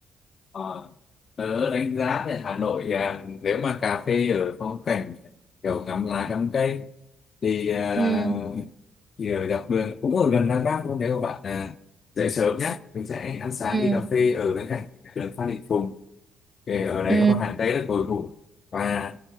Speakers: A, on the left (about 50°); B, on the right (about 25°).
A: Ờ, tớ đánh giá thì Hà Nội à, nếu mà cà phê ở phong cảnh kiểu ngắm lá ngắm cây thì à,
B: Ừ,
A: thì ở dọc đường cũng ở gần Đăng Bác luôn nếu các bạn à, dậy sớm nhé mình sẽ ăn sáng
B: ừ.
A: đi cà phê ở bên cạnh đường Phan Đình Phùng thì ở đấy
B: Ừ.
A: có một hàng Tây rất cổ thụ và